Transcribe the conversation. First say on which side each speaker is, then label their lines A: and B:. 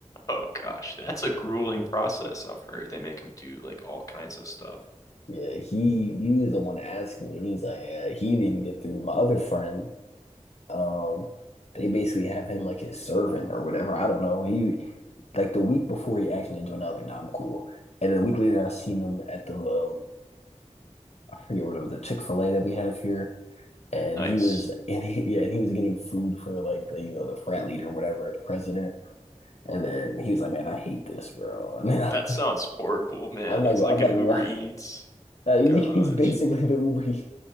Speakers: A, on the left (about 25°); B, on the left (about 60°).
A: Oh gosh, that's a grueling process. I've heard they make him do like all kinds of stuff.
B: Yeah, he he was the one asking me. He's like, yeah, he didn't even get through. My other friend, um, they basically have him like his servant or whatever. I don't know. He like the week before he asked me to join, I was like, nah, I'm cool. And then a week later, I seen him at the uh, I forget what it was, a Chick-fil-A that we have here. and
A: Nice.
B: he was and he yeah and he was getting food for like the you know the frat leader or whatever the president and then he was like man I hate this bro <laughs> and then
A: That
B: I'm
A: sounds
B: like
A: horrible, man.
B: I'm like
A: He's like
B: I'm like
A: an Uber
B: why
A: Eats.
B: <laughs> he's
A: Gosh.
B: basically the Uber Eats.